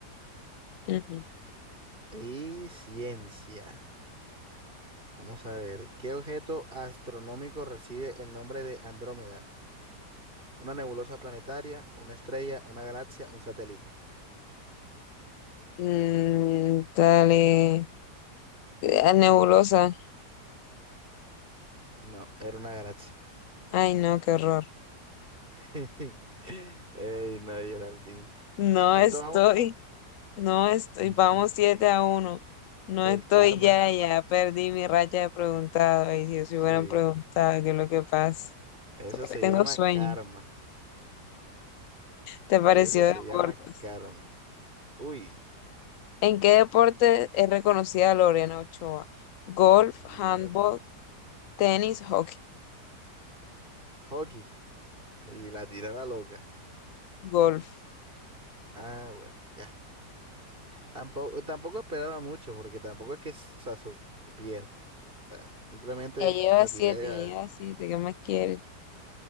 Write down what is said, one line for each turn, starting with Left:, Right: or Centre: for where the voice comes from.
Left: Ujú.
Right: Y ciencia. Vamos a ver. ¿Qué objeto astronómico recibe el nombre de Andrómeda? ¿Una nebulosa planetaria, una estrella, una galaxia, un satélite?
Left: Mm, dale. Ah, Nebulosa.
Right: No, era una galaxia.
Left: Ay, no, qué horror.
Right: <laughs> Ey, no, Geraldine.
Left: No
Right: ¿Cuánto
Left: estoy,
Right: vamos?
Left: no estoy.
Right: Mm,
Left: Vamos 7 a uno No
Right: El
Left: estoy
Right: karma.
Left: ya, ya perdí mi racha de preguntado. Y si os
Right: Sí,
Left: hubieran preguntado qué es lo que pasa.
Right: eso se
Left: Tengo
Right: llama
Left: sueño.
Right: karma.
Left: ¿Te pareció
Right: Eso se
Left: deporte?
Right: llama karma. Uy,
Left: ¿En qué deporte es reconocida Lorena Ochoa? Golf,
Right: mierda.
Left: handball, tenis, hockey,
Right: Hockey. Y la tira la loca.
Left: golf.
Right: Ah, bueno, ya. Tampoco, tampoco esperaba mucho, porque tampoco es que s- o sea, su- supiera. O sea, simplemente
Left: Ya lleva
Right: la
Left: siete,
Right: tiré a.
Left: ya lleva siete, ¿qué más quieres?